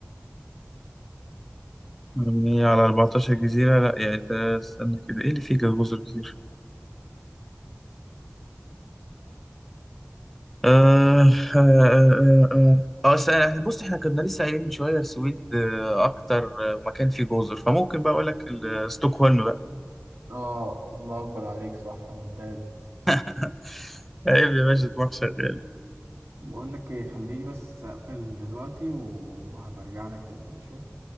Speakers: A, in the centre; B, on the right.
A: مبنية على 14 جزيرة لا يعني تا- استنى كده إيه اللي فيه جزر كتير آه آه آه آه آه استنى، إحنا- بص إحنا كنا لسه قايلين من شوية السويد آه، أكتر آه، مكان فيه جزر فممكن بقى أقول لك ال- آه، ستوكهولم بقى
B: اه الله اكبر عليك صح ممتاز
A: <laughs> عيب يا باشا دماغ شغال
B: بقول لك ايه خليني بس أقفل دلوقتي وهبرجع لك تاني ماشي